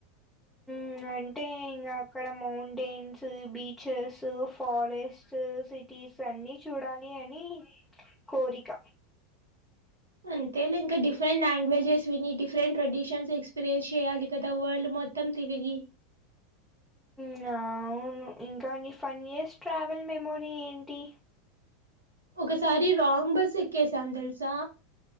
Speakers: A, in the centre; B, on the right (about 80°).
A: మ్ అంటే ఇంగ క్కడ మౌంటైన్స్ బీచెస్ ఫారెస్ట్ సిటీస్ అన్ని చూడలీ అని కోరిక
B: అంతే లే ఇంకా డిఫరెంట్ లాంగ్వేజెస్ విని డిఫరెంట్ ట్రెడిషన్స్ ఎక్స్పీరియన్స్ చెయాలి కదా వరల్డ్ మొత్తం తిరిగి
A: మ్ అవును ఇంకా నీ ఫన్యస్ట్ ట్రావెల్ మెమోరీ ఏంటి
B: ఒకసారి రాంగ్ బస్ ఎక్కేసాను తెలుసా